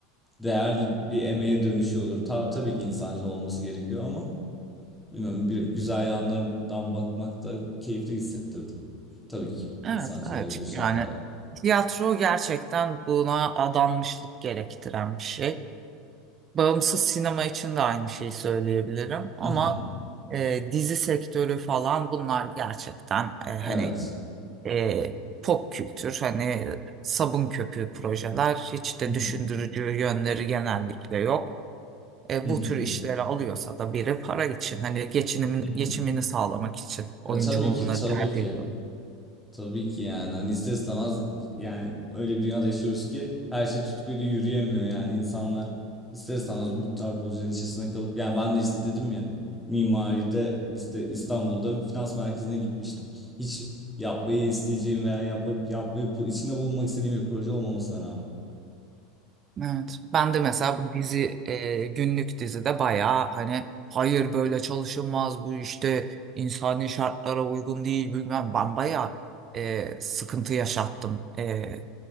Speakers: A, in the centre; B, on the right (about 30°).
A: değerli bir emeğe dönüşüyordur. Ta, tabii ki insancıl olması gerekiyor ama bilmiyorum bir güzel yanlarından bakmak da keyifli hissettirdi. Tabii ki
B: Evet,
A: insancıl
B: evet.
A: olduğu şartlarda.
B: Yani tiyatro gerçekten buna adanmışlık gerektiren bir şey. Bağımsız sinema için de aynı şeyi söyleyebilirim ama
A: <laughs>
B: e, dizi sektörü falan bunlar gerçekten e, hani
A: Evet.
B: e, pop kültür, hani e, sabun köpüğü projeler hiç de
A: Hı hı.
B: düşündürücü yönleri genellikle yok. E,
A: Hı
B: bu
A: hı.
B: tür işleri alıyorsa da biri para için hani geçinimin,
A: Hı hı.
B: geçimini sağlamak için oyuncu
A: Ya tabii
B: bunları
A: ki, tabii
B: tercih
A: ki.
B: ediyor.
A: Tabii ki yani. Hani ister istemez yani öyle bir dünyada yaşıyoruz ki her şey tutkuyla yürüyemiyor yani insanlar. İster istemez bu tarz projelerin içerisinde kalıp yani ben de işte dedim ya mimaride işte İstanbul'da finans merkezine gitmiştim. Hiç yapmayı isteyeceğim veya yapıp yapmayı bu, içinde bulunmak istediğim bir proje olmamasına rağmen.
B: Evet. Ben de mesela bu dizi e, günlük dizide bayağı hani hayır böyle çalışılmaz bu işte insani şartlara uygun değil bilmem ben bayağı e, sıkıntı yaşattım e,